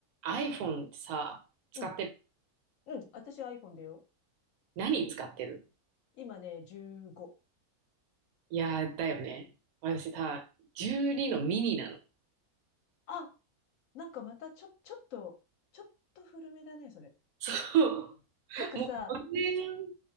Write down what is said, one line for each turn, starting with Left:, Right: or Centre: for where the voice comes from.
Right: iPhone ってさ、使ってる
Left: うん。うん。私は iPhone だよ。
Right: 何使ってる
Left: 今ね、15。
Right: いやー、だよね。私さ、12のミニなの。
Left: あ、なんかまたちょ、ちょっと、ちょっと古めだね、それ。
Right: そう。
Left: なんかさ、
Right: もう4年